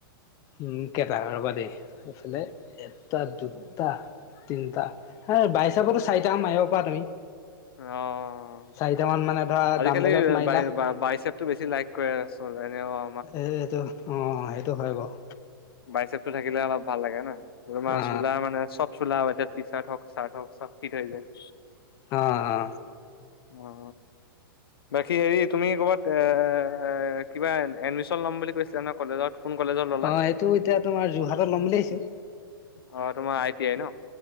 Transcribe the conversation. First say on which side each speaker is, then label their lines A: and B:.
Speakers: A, on the left (about 25°); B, on the left (about 80°).
A: উম কেইটা ৰবা দেই এইফালে এটা দুটা তিনিটা হেই বাইচাপটো চাৰিটা মাৰিব পাৰা তুমি
B: অ অ
A: চাৰিটা মান মানে ধৰা
B: আজিকালি
A: দামবেলত মাৰিলা
B: বাইচেপ টো বেছি লাইক কৰে চ এনে অ
A: এই এইটো অ' সেইটো হয় বাৰু।
B: বাইচেপটো থাকিলে অলপ ভাল লাগে ন তোমাৰ
A: অ
B: চোলা মানে চব চোলা টি চাৰ্ট হক চাৰ্ট হক চব ফিট হৈ যায়।
A: অ-অ,
B: অ বাকী হেৰি তুমি ক'বাত এ কিবা এডমিশন ল'ম বুলি কৈছিলা ন। কলেজত কোন কলেজত ললা?
A: অ সেইটো এতিয়া তোমাৰ যোৰহাটত ল'ম বুলি ভাবিছোঁ
B: অ তোমাৰ আই তি আই ন?